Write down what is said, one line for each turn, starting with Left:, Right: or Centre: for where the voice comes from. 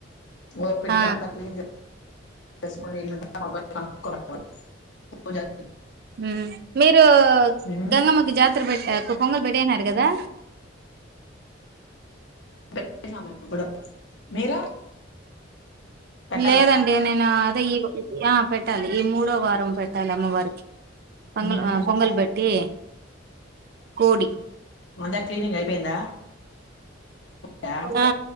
Left: ఓపికగా
Right: ఆ
Left: అంతా క్లీన్ చే <inaudible>
Right: హ్మ్ మీరు
Left: మ్
Right: గంగమ్మకి జాతర పెట్ పొంగల్ పెట్టేసినారు కదా
Left: పెట్టినాం మేము కూడా మీరు పెట్టాలా
Right: లేదండి ను య ఈ ఆ పెట్టాలి ఈ మూడో వారం పెట్టాలి అమ్మవారికి పొంగల్
Left: మ్
Right: పొంగల్ బట్టి కోడ్
Left: అందర్ క్లినియ్ అయిపోయిందా దా
Right: ఆ ఆ